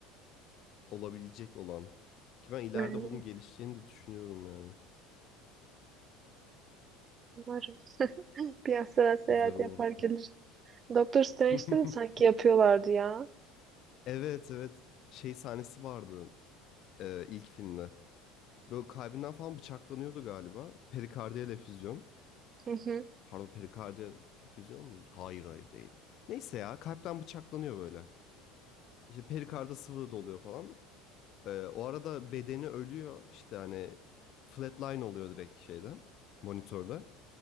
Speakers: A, on the left (about 50°); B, on the right (about 35°).
A: Olabilecek olan. Ki ben ileride
B: Yani
A: bunun gelişeceğini de düşünüyorum yani.
B: Umarım <laughs> bir asla seyahat
A: Güzel olur.
B: yapar gelir. Doktor Strange'de
A: <laughs>
B: de sanki yapıyorlardı ya.
A: Evet evet. Şey sahnesi vardı e, ilk filmde. Böyle kalbinden falan bıçaklanıyordu galiba. Perikardiyal efüzyon.
B: Hı hı.
A: Pardon perikardiyal efüzyon muydu? Hayır hayır değil. Neyse ya kalpten bıçaklanıyor böyle. İşte perikarda sıvı doluyor falan. Ee, o arada bedeni ölüyor. İşte hani flatline oluyor direkt şeyde monitörde.